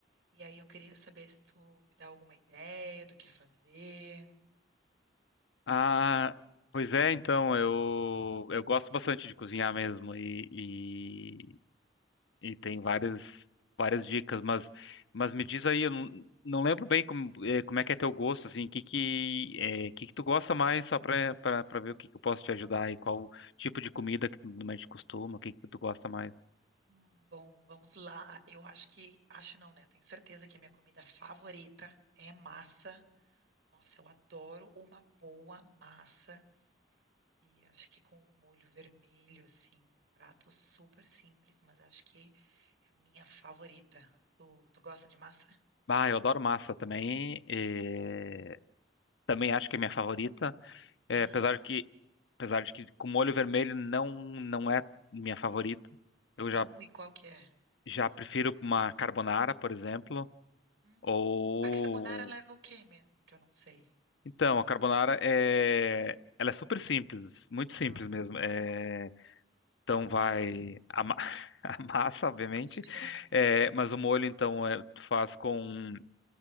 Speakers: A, on the right; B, on the left.
A: E aí, eu queria saber se tu me dá alguma ideia do que fazer.
B: Ah, pois é, então, eu, eu gosto bastante de cozinhar mesmo e, e, e tem várias, várias dicas, mas, mas me diz aí, eu não, não lembro bem como, eh, como é que é teu gosto, assim, que que, eh, que que tu gosta mais, só pra, pra, pra ver o que que eu posso te ajudar e qual tipo de comida que tu normalmente costuma, o que que tu gosta mais.
A: Hum, bom, vamos lá. Eu acho que. Acho não, né? Eu tenho certeza que a minha comida favorita é massa. Nossa, eu adoro uma boa massa. E acho que com um molho vermelho, assim, prato super simples, mas acho que é a minha favorita. Tu, tu gosta de massa?
B: Ah, eu adoro massa também, eh, também acho que é minha favorita. É,
A: Ah,
B: apesar que, apesar de que com molho vermelho não não é minha favorita. Eu
A: não,
B: já
A: e qual que é?
B: já prefiro uma carbonara, por exemplo,
A: Hum,
B: ou
A: a carbonara leva o quê mesmo? Que eu não sei.
B: então a carbonara é ela é super simples, muito
A: Aham,
B: simples mesmo. É, então vai a, ma- <laughs> a massa, obviamente,
A: <laughs> eu sei, né?
B: é, mas o molho então é, tu faz com